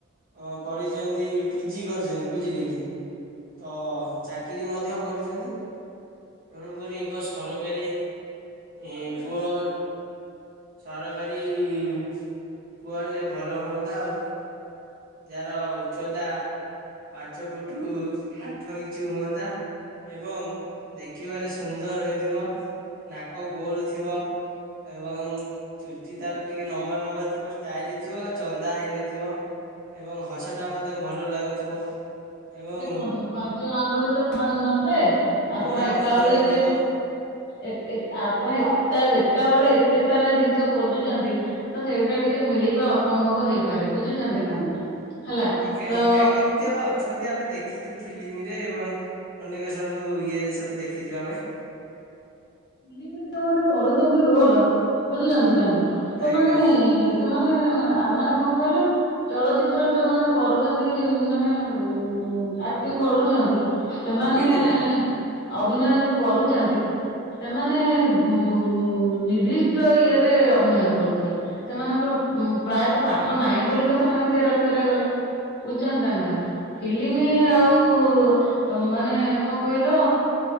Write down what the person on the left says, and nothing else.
ଦେଖନ୍ତୁ ପାଞ୍ଚ ଆଙ୍ଗୁଳି ତ ସମାନ ନଥାଏ ଆପଣ
ଏକା
ବଳେ
କେ ଏ ଏ- ଆପଣ ଏକା ବେଳେ ଏତେ ସାରା ଜିନିଷ ଖୋଜୁଛନ୍ତି ତ ସେଇଟା ଟିକେ ମିଳିବା ଅସମ୍ଭବ ହେଇପାରେ ବୁଝୁଛନ୍ତି ନା ନାଇଁ? ହେଲା
ତ
ଫିଲ୍ମ ରେ ଯୋଉମାନେ କରୁଛନ୍ତି ରୋଲ ବୁଝୁଛନ୍ତି ନା ନାଇଁ ସେମାନେ
ସେମାନେ ମାନେ କଣ କହିଲ? ଚଳଚିତ୍ରରେ ଯୋଉ ମାନେ କରୁଛନ୍ତି ମାନେ ଉ- ଆକ୍ଟିଂ କରୁଛନ୍ତି। ସେମାନେ
ଏ- ଅଭିନୟ ଯଉ କରୁଚନ୍ତି। ସେମାନେ ଗୁଁ-ନିର୍ଦ୍ଦିଷ୍ଟ ଇଏରେ ଅଭିନୟ କରୁଛନ୍ତି। ସେମାନଙ୍କର ପ୍ରାୟତଃ ପାଠ ନାହିଁ ବୋଲି ତ ସେମାନେ ସେଇ ରାସ୍ତାରେ ଗଲେ। ଵୁଝ୍ଚନ୍ତି ନା ନାଇଁ? ଫିଲ୍ମ
ଆଉ ମାନେ କଣ କଇଲ?